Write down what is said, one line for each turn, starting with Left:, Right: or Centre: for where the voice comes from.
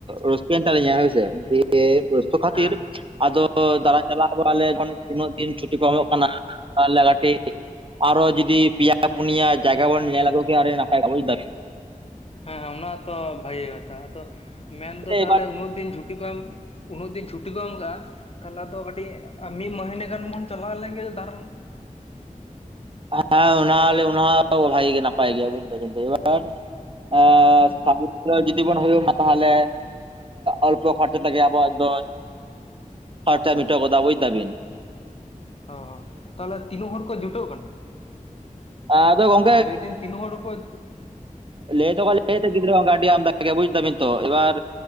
Right: ᱨᱟᱹᱥᱠᱟᱹ ᱮᱱ ᱛᱟᱞᱤᱧᱟ ᱦᱳᱭ ᱥᱮ ᱫᱤᱭᱮ ᱨᱟᱹᱥᱠᱟᱹ ᱠᱷᱟᱹᱛᱤᱨ
Left: ᱦᱮᱸ ᱦᱮᱸ
Right: ᱟᱫᱚ ᱫᱟᱬᱟ ᱪᱟᱞᱟᱜ ᱟᱞᱮ ᱛᱤᱱᱟᱹᱜ ᱫᱤᱱ ᱪᱷᱩᱴᱤ ᱠᱚ ᱮᱢᱚᱜ ᱠᱟᱱᱟ ᱛᱟᱦᱚᱞᱮ ᱠᱟᱹᱴᱤᱡ ᱟᱨᱚ ᱡᱩᱫᱤ ᱯᱮᱭᱟ ᱯᱩᱱᱭᱟ ᱡᱟᱭᱜᱟ ᱵᱚᱱ ᱧᱮᱞ ᱟᱜᱩ ᱠᱮᱭᱟ ᱟᱹᱰᱤ ᱱᱟᱯᱟᱭ ᱠᱚᱜ-ᱟ᱾
Left: ᱦᱮᱸ ᱦᱮᱸ ᱚᱱᱟ ᱛᱚ ᱵᱷᱟᱜᱤ ᱠᱟᱛᱷᱟ ᱟᱫᱚ ᱢᱮᱱᱫᱚ
Right: ᱮᱵᱟᱨ
Left: ᱛᱟᱦᱞᱮ ᱩᱱᱟᱹᱜ ᱫᱤᱱ ᱡᱷᱩᱴᱤ -ᱴᱤ ᱠᱚᱢ ᱩᱱᱟᱹᱜ ᱫᱤᱱ ᱪᱷᱩᱴᱤ ᱠᱚ ᱮᱢ ᱟᱠᱟᱜ-ᱟ ᱛᱟᱦᱚᱞᱮ ᱟᱫᱚ ᱠᱟᱹᱴᱤᱡ ᱢᱤᱫ ᱢᱚᱱᱮᱭ ᱜᱟᱱ ᱵᱚᱱ ᱪᱟᱞᱟᱣ ᱞᱮᱱᱜᱮ ᱫᱟᱨᱟᱱ
Right: <unintelligible> <inaudible> ‌ᱵᱷᱟᱜᱮ ᱜᱮ ᱱᱟᱯᱟᱭ ᱜᱮᱭᱟ ᱵᱤᱱ ᱱᱟᱯᱟᱭ <inaudible>
Left: ᱦᱮᱸ
Right: ᱡᱩᱫᱤ ᱵᱚᱱ ᱦᱳᱭᱳᱜ ᱢᱟ ᱛᱟᱦᱚᱞᱮ ᱚᱞᱯᱚ ᱠᱷᱚᱨᱪᱟ ᱟᱵᱚᱣᱟᱜ ᱫᱚ ᱠᱷᱚᱨᱪᱟ ᱢᱮᱴᱟᱹᱣ ᱜᱚᱫᱚᱜ-ᱟ ᱵᱩᱡᱫᱟᱵᱤᱱ,
Left: ᱦᱚᱸ ᱦᱚᱸ ᱛᱟᱦᱚᱞᱮ ᱛᱤᱱᱟᱹᱜ ᱦᱚᱲ ᱠᱚ ᱡᱩᱴᱟᱹᱜ ᱠᱟᱱᱟ?
Right: ᱟᱫᱚ ᱜᱚᱝᱠᱮ
Left: ᱞᱟᱹᱭᱫᱤᱱ ᱛᱤᱱ ᱦᱚᱲ ᱠᱚ
Right: ᱞᱟᱹᱭ ᱛᱚᱠᱚ ᱞᱟᱹᱭᱮᱫ ᱛᱮ ᱜᱤᱫᱽᱨᱟᱹ ᱦᱚᱸ ᱚᱱᱠᱟ ᱟᱹᱰᱤ ᱚᱱᱰᱚ ᱜᱮᱭᱟ ᱵᱩᱡᱫᱟ ᱵᱤᱱ ᱛᱚ ᱮᱵᱟᱨ